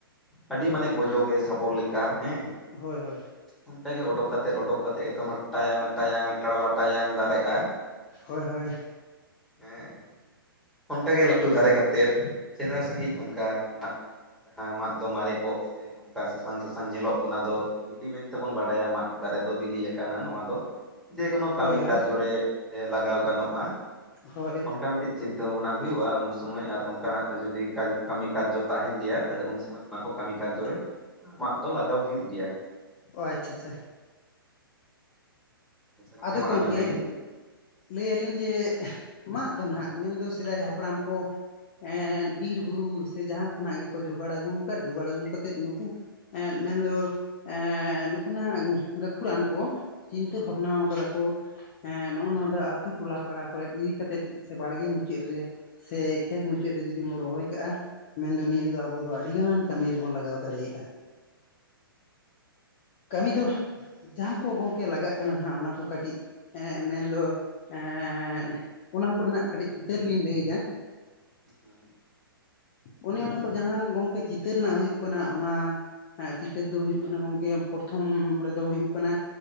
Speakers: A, in the centre; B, on the left.
A: ᱟᱹᱰᱤ ᱢᱟᱱᱮ ᱜᱚᱡᱚ ᱜᱮ ᱥᱟᱵᱚᱞ ᱞᱮᱠᱟ ᱦᱮᱸ᱾
B: ᱦᱳᱭ ᱦᱳᱭ᱾
A: ᱚᱱᱠᱟᱜᱮ ᱚᱰᱳᱠᱛᱮᱫ ᱚᱰᱳᱠ ᱠᱟᱛᱮᱫ ᱮᱠᱫᱚᱢ ᱴᱟᱭᱟᱝ ᱴᱟᱭᱟᱝ ᱴᱟᱲᱞᱟ ᱴᱟᱭᱟᱝ ᱫᱟᱨᱮᱜᱼᱟ᱾
B: ᱦᱳᱭ ᱦᱳᱭ᱾
A: ᱦᱮᱸ ᱚᱱᱠᱟᱜᱮ ᱞᱟᱹᱴᱩ ᱫᱟᱨᱮ ᱠᱟ ᱛᱮᱫ ᱪᱮᱨᱦᱟ ᱥᱟᱺᱦᱤᱡ ᱚᱱᱠᱟ ᱢᱟᱫ ᱡᱟᱦᱟᱸ ᱢᱟᱫ ᱫᱚ ᱢᱟᱨᱮ ᱠᱚᱜ ᱥᱮ ᱚᱱᱠᱟ ᱥᱟᱥᱟᱝ ᱥᱟᱥᱟᱝ ᱧᱮᱞᱚᱜ ᱚᱱᱟ ᱫᱚ ᱵᱤᱞᱤ ᱢᱮᱱᱛᱮᱵᱚᱱ ᱵᱟᱰᱟᱭᱟ ᱢᱟᱫ ᱫᱟᱨᱮ ᱫᱚ ᱵᱤᱞᱤ ᱟᱠᱟᱱᱟ ᱱᱚᱣᱟ ᱫᱚ᱾ ᱡᱮᱠᱳᱱᱳ ᱠᱟᱹᱢᱤ
B: ᱦᱳᱭ ᱦᱳᱭ
A: ᱠᱟᱨᱡᱚ ᱨᱮ ᱞᱟᱜᱟᱣ ᱜᱟᱱᱚᱜᱼᱟ᱾
B: ᱦᱳᱭ᱾
A: ᱚᱱᱠᱟ ᱢᱤᱫᱴᱤᱡ ᱪᱤᱱᱛᱟᱹ ᱵᱷᱟᱵᱱᱟ ᱦᱩᱭᱩᱜᱼᱟ ᱩᱱ ᱥᱚᱢᱚᱭ, ᱟᱨ ᱚᱱᱠᱟᱱᱟᱜ ᱡᱩᱫᱤ ᱠᱟᱭ ᱠᱟᱹᱢᱤ ᱠᱟᱨᱡᱚ ᱛᱟᱦᱮᱸᱱ ᱜᱮᱭᱟ ᱛᱟᱦᱚᱞᱮ ᱩᱱ ᱥᱚᱢᱚᱭ ᱚᱱᱟ ᱠᱚ ᱠᱟᱹᱢᱤ ᱠᱟᱨᱡᱚ ᱨᱮ ᱢᱟᱫ ᱫᱚ ᱞᱟᱜᱟᱣ ᱦᱩᱭᱩᱜ ᱜᱮᱭᱟ᱾
B: ᱚ ᱟᱪᱪᱷᱟ ᱟᱪᱪᱷᱟ
A: ᱟᱪᱪᱷᱟ ᱜᱚᱝᱠᱮ
B: ᱟᱫᱚ
A: ᱢᱟ
B: ᱜᱚᱢᱠᱮ
A: ᱟᱵᱮᱱ ᱞᱟᱹᱭᱵᱤᱱ
B: ᱞᱟᱹᱭ ᱟᱹᱞᱤᱧ ᱡᱮ ᱢᱟᱜ ᱫᱚ ᱦᱟᱸᱜ ᱢᱮᱱᱫᱚ ᱥᱮᱫᱟᱭ ᱦᱟᱯᱲᱟᱢ ᱠᱚ ᱮᱜ ᱵᱤᱨ ᱵᱩᱨᱩ ᱥᱮ ᱡᱟᱦᱟᱸ ᱠᱷᱚᱱᱟᱜ ᱜᱮᱠᱚ ᱡᱳᱚᱜᱟᱲ ᱟᱹᱜᱩ ᱟᱠᱟᱫ ᱡᱳᱚᱜᱟᱲ ᱟᱹᱜᱩ ᱠᱟᱛᱮᱜ ᱱᱩᱠᱩ ᱮᱸᱜ ᱢᱮᱱᱫᱚ ᱮ ᱱᱩᱠᱩᱱᱟᱜ ᱜᱟᱹᱠᱷᱩᱲᱟᱱ ᱠᱚ ᱪᱤᱱᱛᱟᱹ ᱵᱷᱟᱵᱱᱟ ᱟᱠᱟᱫᱟ ᱠᱚ ᱮ ᱱᱚᱜᱚ ᱱᱚᱣᱟ ᱟᱛᱩ ᱴᱚᱞᱟ ᱯᱟᱲᱟ ᱠᱚᱨᱮ ᱤᱫᱤ ᱠᱟᱛᱮᱫ ᱥᱮ ᱵᱟᱲᱜᱮ ᱢᱩᱪᱟᱹᱫ ᱨᱮ ᱥᱮ ᱠᱷᱮᱛ ᱢᱩᱪᱟᱹᱫ ᱨᱮ ᱡᱩᱫᱤ ᱵᱚᱱ ᱨᱚᱦᱚᱭ ᱠᱟᱜᱼᱟ ᱢᱮᱱᱫᱚ ᱱᱤᱭᱟᱹ ᱫᱚ ᱟᱹᱰᱤ ᱜᱟᱱ ᱠᱟᱹᱢᱤ ᱨᱮᱵᱚᱱ ᱞᱟᱜᱟᱣ ᱫᱟᱲᱮᱭᱟᱜᱼᱟ ᱠᱟᱹᱢᱤ ᱫᱚ ᱡᱟᱦᱟᱸ ᱠᱚ ᱜᱚᱢᱠᱮ ᱞᱟᱜᱟᱜ ᱠᱟᱱᱟ ᱚᱱᱟ ᱠᱚ ᱠᱟᱹᱴᱤᱡᱜ ᱢᱮᱱᱫᱚ ᱮᱸᱜ ᱚᱱᱟ ᱠᱚᱨᱮᱱᱟᱜ ᱠᱟᱹᱴᱤᱡ ᱪᱤᱛᱟᱹᱨ ᱞᱤᱧ ᱞᱟᱹᱭ ᱮᱫᱟ
A: <inaudible>
B: ᱚᱱᱮ ᱚᱱᱟ ᱠᱚ ᱡᱟᱦᱟᱸ ᱜᱚᱝᱠᱮ ᱪᱤᱛᱟᱹᱨ ᱨᱮᱱᱟᱜ ᱦᱩᱭᱩᱜ ᱠᱟᱱᱟ ᱚᱱᱟ ᱮᱸ ᱪᱤᱛᱟᱹᱨ ᱫᱚ ᱦᱩᱭᱩᱜ ᱠᱟᱱᱟ ᱜᱚᱢᱠᱮ ᱯᱨᱚᱛᱷᱚᱢ ᱨᱮᱫᱚ ᱦᱩᱭᱩᱜ ᱠᱟᱱᱟ